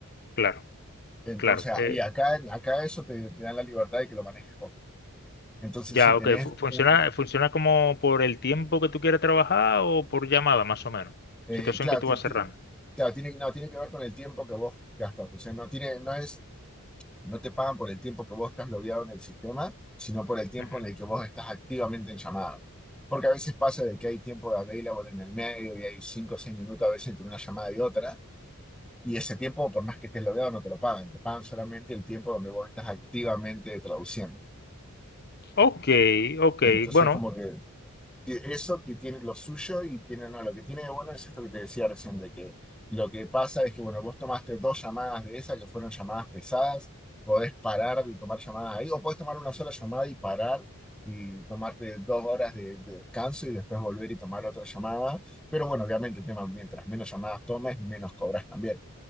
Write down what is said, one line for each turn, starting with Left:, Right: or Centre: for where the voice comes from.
Left: claro,
Centre: Entonces,
Left: claro. Eh,
Centre: y acá, acá eso te, te da la libertad de que lo manejes vos. Entonces,
Left: ya,
Centre: si tenés
Left: ok. fu- Funciona,
Centre: uno,
Left: funciona como por el tiempo que tú quieras trabajar o por llamada, más o menos.
Centre: eh,
Left: Situación
Centre: claro,
Left: que tú
Centre: ti-
Left: vas
Centre: ti-
Left: cerrando.
Centre: claro, tiene, no, tiene que ver con el tiempo que vos gastas. O sea, no tiene, no es, no te pagan por el tiempo que vos estás logueado en el sistema, sino por el tiempo
Left: Ujú,
Centre: en el que vos estás activamente en llamada. Porque a veces pasa de que hay tiempo de available en el medio y hay 5 o 6 minutos a veces entre una llamada y otra. Y ese tiempo, por más que estés logueado, no te lo pagan. Te pagan solamente el tiempo donde vos estás activamente traduciendo.
Left: Ok, ok.
Centre: Entonces,
Left: Bueno.
Centre: como que eso que tiene lo suyo y tiene, no, lo que tiene de bueno es esto que te decía recién, de que lo que pasa es que, bueno, vos tomaste dos llamadas de esas que fueron llamadas pesadas, podés parar de tomar llamadas ahí, o podés tomar una sola llamada y parar y tomarte dos horas de, de descanso y después volver y tomar otra llamada. Pero bueno, obviamente el tema, mientras menos llamadas tomes, menos cobras también.